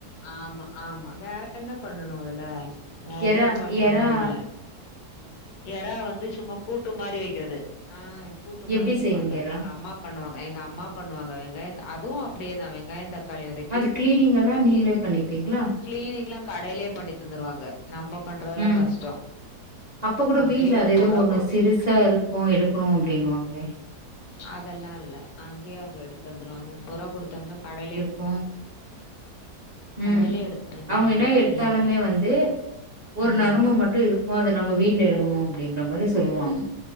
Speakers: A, on the left (about 70°); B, on the right (about 40°).
A: ஆமா ஆமா வேற என்ன பண்ணனு அதுல வேற
B: எறா
A: எது பண்ற
B: எறா
A: மாரி இல்ல எறா வந்து சும்மா கூட்டு மாரி வைக்கிறது ஆ கூட்டு
B: எப்டி
A: மாரி வெப்பாங்க
B: செய்வீங்க எறா
A: எங்க அம்மா பண்ணுவாங்க எங்க அம்மா பண்ணுவாங்க வெங்காய அதுவு அப்டியே தா வெங்காய தக் காளி வதக்கி
B: அது கிளீனிங் எல்லா நீங்களே
A: இஞ்
B: பண்ணிப்பீங்களா
A: கிளீனிங்லா கடைலயே பண்ணி தந்துருவாங்க நம்ப பண்றதெல்லா
B: ம்
A: கஷ்டோ
B: அப்ப கூட
A: அங்கயே
B: வீட்ல அத
A: முப்பது
B: ஏதோ
A: ரூவா
B: ஒண்ணு
A: கொடு
B: சிறுசா இருக்கு எடுக்கனு அப்படின்னு வாங்களே
A: அதெல்லா இல்ல அங்கேயே அவுங்க எடுத் தந்துருவாங்க முப்போர்வா குடுத்தம்னா கடைலயே
B: போம்
A: கடையிலயே
B: ம்
A: எடுத்து தந்துருவாங்க
B: அவுங்க என்ன எடுத்தாலுமே
A: எல்லாமே
B: வந்து ஒரு
A: ம்
B: நரம்பு மட்டு இருக்கு அத நம்ம வீட்ல எடுக்கணு அப்டின்ற மாரி சொல்லுவாங்க